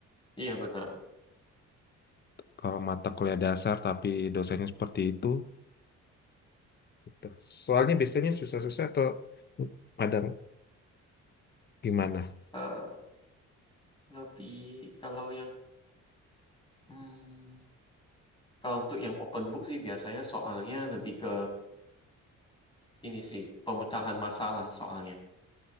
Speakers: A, on the left; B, on the left.
A: Iya benar.
B: kalau mata kuliah dasar tapi dosennya seperti itu Gitu. Soalnya biasanya susah-susah atau pada gimana?
A: Eh, lebih kalau yang hmm, kalau untuk yang open book sih biasanya soalnya lebih ke ini sih pemecahan masalah soalnya.